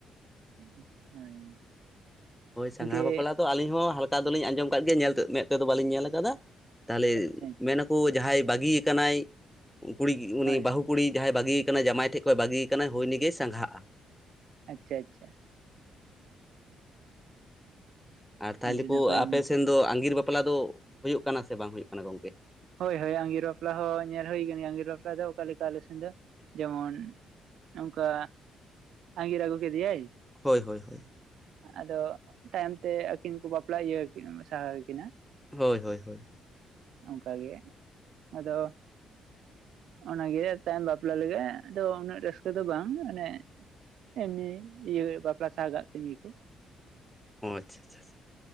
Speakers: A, on the right (about 75°); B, in the centre.
A: <unintelligible>
B: ᱦᱳᱭ ᱥᱟᱸᱜᱷᱟ
A: ᱜᱚᱝᱠᱮ
B: ᱵᱟᱯᱞᱟ ᱛ ᱫᱚ ᱟᱹᱞᱤᱧ ᱦᱚᱸ ᱥᱟᱜᱷᱟ ᱵᱟᱯᱞᱟ ᱫᱚ ᱦᱟᱞᱠᱟ ᱫᱚᱞᱤᱧ ᱟᱸᱡᱚᱢ ᱠᱫ ᱜᱮᱭᱟ ᱧᱮᱞ ᱢᱮᱫ ᱛᱮᱫᱚ ᱵᱟᱜᱝᱹᱞᱤᱧ ᱧᱮᱞ ᱟᱠᱟᱫᱟ, ᱛᱟᱦᱚᱞᱮ
A: ᱟᱪᱪᱷᱟ ᱟᱪᱪᱷᱟ
B: ᱢᱮᱱᱟᱠᱚ ᱡᱟᱦᱟᱸᱭ ᱵᱟᱹᱜᱤᱭᱟ ᱠᱟᱱᱟᱭ ᱠᱩᱲᱤ ᱩᱱᱤ
A: ᱦᱳᱭ
B: ᱵᱟᱹᱦᱩ
A: ᱦᱳᱭ
B: ᱠᱩᱲᱤ ᱡᱟᱦᱟᱸᱭ ᱵᱟᱹᱜᱤ ᱠᱟᱱᱟ ᱡᱟᱢᱟᱭ ᱴᱷᱮᱱ ᱠᱷᱚᱱᱭ ᱵᱟᱹᱜᱤᱭ ᱟᱠᱟᱱᱟᱭ ᱦᱚᱭ ᱱᱤᱜᱮ ᱥᱟᱸᱜᱷᱟᱜᱼᱟ,
A: ᱟᱪᱷᱟ ᱟᱪᱷᱟ
B: ᱟᱨ ᱛᱟᱦᱚᱞᱮ
A: ᱟᱹᱰᱤ
B: ᱠᱚ
A: ᱱᱟᱯᱟᱭ
B: ᱟᱯᱮᱥᱱ
A: ᱜᱚᱝᱠᱮ
B: ᱫᱚ ᱟᱸᱜᱤᱨ ᱵᱟᱯᱞᱟ ᱫᱚ ᱦᱩᱭᱩᱜ ᱠᱟᱱᱟ ᱥᱮ ᱵᱟᱝ ᱦᱩᱭᱩᱜ ᱠᱟᱱᱟ ᱜᱚᱝᱠᱮ,
A: ᱦᱳᱭ ᱦᱳᱭ ᱟᱸᱜᱤᱨ ᱵᱟᱯᱞᱟ ᱦᱚᱸ ᱧᱮᱞ ᱦᱩᱭ ᱟᱠᱟᱱᱟ ᱜᱮᱭᱟ ᱟᱜᱤᱨ ᱵᱟᱯᱞᱟ ᱫᱚ ᱚᱠᱟᱞᱮᱠᱟ ᱟᱞᱮ ᱥᱮᱱ ᱫᱚ ᱡᱮᱢᱚᱱ, ᱱᱚᱝᱠᱟ ᱟᱸᱜᱤᱨ ᱟᱹᱜᱩ ᱠᱮᱫᱮᱭᱟᱭ,
B: ᱦᱳᱭ ᱦᱳᱭ ᱦᱳᱭ
A: ᱟᱫᱚ ᱛᱟᱭᱚᱢᱛᱮ ᱟᱹᱠᱤᱱ ᱠᱚ ᱵᱟᱯᱞᱟ ᱤᱭᱟᱹ ᱥᱟᱣ ᱠᱤᱱᱟ
B: ᱦᱳᱭ ᱦᱳᱭ ᱦᱳᱭ
A: ᱮ ᱟᱫᱚ ᱚᱱᱟᱜᱮ ᱛᱟᱭᱚᱢ ᱵᱟᱯᱞᱟ ᱞᱟ. ᱜᱤᱫ ᱟᱫᱚ ᱩᱱᱟᱹᱜ ᱨᱟᱹᱥᱠᱟᱹ ᱫᱚ ᱵᱟᱝ ᱚᱱᱮ ᱮᱢᱱᱤ ᱤᱭᱟᱹ ᱵᱟᱯᱞᱟ ᱥᱟᱦ ᱠᱟᱜ ᱛᱮᱢ ᱜᱮ ᱠᱚ
B: ᱚ ᱟᱪᱷᱟ ᱪᱷᱟ ᱪᱷᱟ